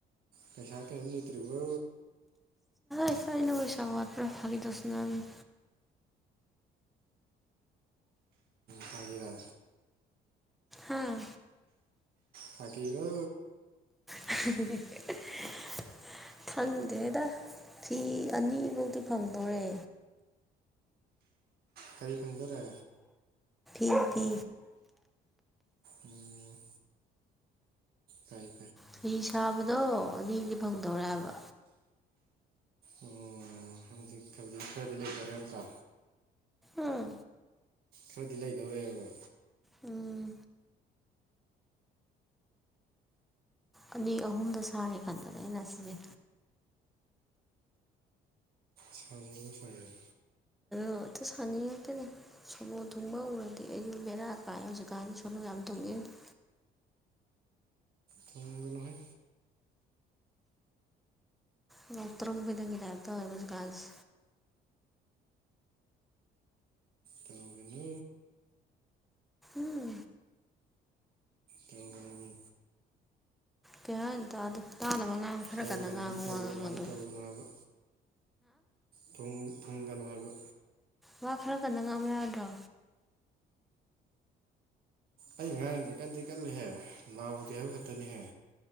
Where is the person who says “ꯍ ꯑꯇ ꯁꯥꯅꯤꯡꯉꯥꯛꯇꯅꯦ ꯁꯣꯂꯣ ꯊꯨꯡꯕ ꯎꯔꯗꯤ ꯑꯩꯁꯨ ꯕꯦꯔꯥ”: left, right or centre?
Centre